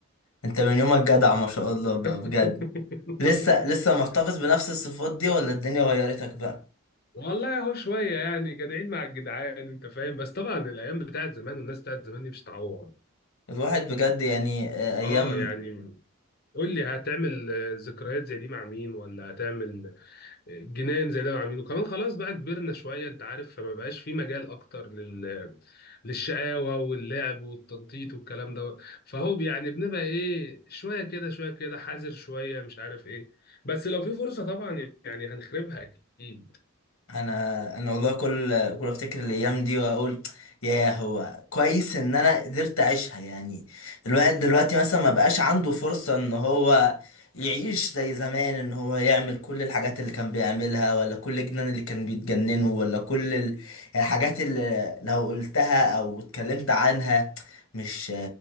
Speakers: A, on the left; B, on the left.
A: انت من يومك جدع ما شاء الله ب-
B: <laughs>
A: بجد لسه لسه محتفظ بنفس الصفات دي ولا الدنيا غيرتك بقى
B: والله هو شوية يعني جدعين مع الجدعان انت فاهم بس طبعا الايام بتاعت زمان والناس بتاعت زمان دي مش هتعوض
A: الواحد بجد يعني آه، ايام
B: اه يعني قول لي هتعمل آه، ذكريات زي دي مع مين ولا هتعمل آه، جنان زي ده مع مين وكمان خلاص بقى كبرنا شوية انت عارف فما بقاش في مجال اكتر لل للشقاوة واللعب والتنطيط والكلام ده فهو يعني بنبقى ايه شوية كده شوية كده حذر شوية مش عارف ايه بس لو في فرصة طبعا يعني هنخربها اكيد
A: انا انا والله كل كل افتكر الايام دي واقول يا هو كويس ان انا قدرت اعيشها يعني الواحد دلوقتي مثلا ما بقاش عنده فرصة ان هو يعيش زي زمان ان هو يعمل كل الحاجات اللي كان بيعملها ولا كل الجنان اللي كان بيتجننه ولا كل ال- الحاجات اللي لو قلتها او اتكلمت عنها مش